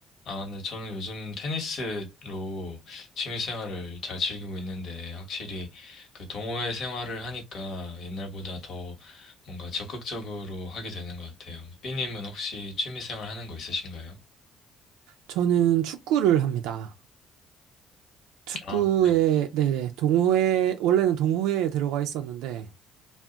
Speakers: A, on the left; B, on the right.
A: 아, 네, 저는 요즘 테니스로 취미 생활을 잘 즐기고 있는데, 확실히 그 동호회 생활을 하니까 옛날보다 더 뭔가 적극적으로 하게 되는 것 같아요. 삐님은 혹시 취미 생활 하는 거 있으신가요?
B: 저는 축구를 합니다. 축구에,
A: 아, 네.
B: 네네, 동호회, 원래는 동호회에 들어가 있었는데,